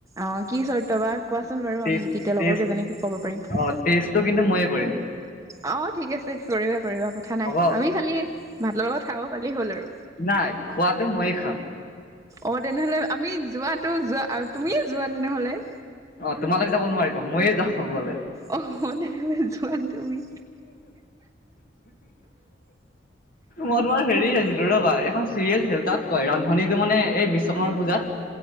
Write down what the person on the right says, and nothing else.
অ' কি চৰ্ত বা? কোৱাচোন বাৰু।
আম তেতিয়া
লগৰ কেইজনীকো কব পাৰিম।
অ' ঠিক আছে। কৰিবা - কৰিবা, কথা নাই।
আমি খালি ভাতৰ লগত খাব পালি হ'ল আৰু।
অ' তেনেহলে আমি যোৱাটো যোৱা- অ'- তুমিয়ে যোৱা তেনেহ'লে।
অ' তেনেহলে যোৱা তুমি।